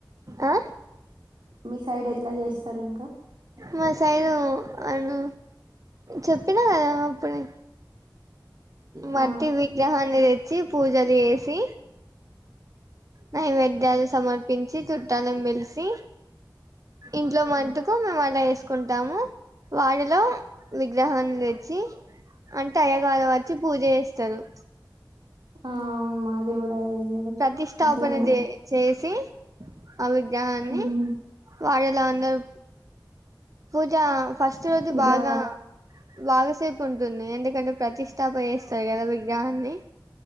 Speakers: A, on the right; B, on the right.
A: ఆ
B: మీ సైడ్ ఎట్లా చేస్తారు ఇంకా
A: మా సైడ్ వాళ్ళు చెప్పినా కదా అప్పుడే మట్టి
B: ఆ
A: విగ్రహాన్ని తెచ్చి, పూజలు చేసి నైవేద్యాలు సమర్పించి, చుట్టాలను పిలిసి ఇంట్లో
B: ఆ
A: మంటుకు మేము అలా చేస్ కుంటాము వాటిలో విగ్రహాన్ని తెచ్చి అంటే అయ్యా గారు వచ్చి పూజ చేస్తారు
B: ఆ అవును మాది కూడా అదే జరు
A: ప్రతిష్టాపన
B: అట్లానే
A: చే చేసి ఆ విగ్రహాన్ని
B: ఉమ్.
A: వాళలో అందరూ పూజ ఫస్ట్ రోజు
B: ఇట్లా
A: బాగా బాగా సేపు ఉంటుంది ఎందుకంటే ప్రతిష్టాపన చేస్తారు కదా విగ్రహాన్ని